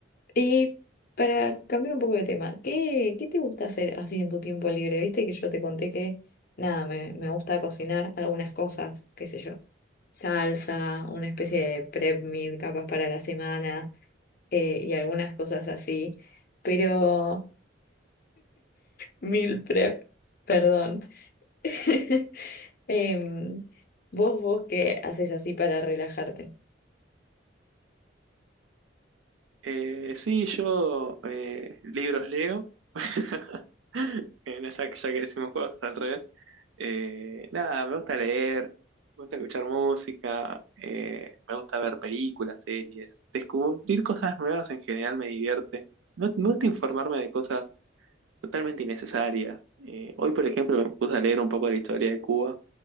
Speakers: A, on the left; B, on the right.
A: y para cambiar un poco de tema, ¿qué, qué te gusta hacer así en tu tiempo libre? Viste que yo te conté que, nada, me, me gusta cocinar algunas cosas, qué sé yo, salsa, una especie de prep meal capaz para la semana eh, y algunas cosas así, pero meal prep, perdón. <laughs> Em, vos, vos, ¿qué haces así para relajarte?
B: Eh, sí, yo eh, libros leo. <laughs> Eh, no, ya, que ya que decimos cosas al revés. Eh, nada, me gusta leer, me gusta escuchar música, eh, me gusta ver películas, series. Descubrir cosas nuevas en general me divierte. Me, me gusta informarme de cosas totalmente innecesarias. Eh, hoy, por ejemplo, me puse a leer un poco de la historia de Cuba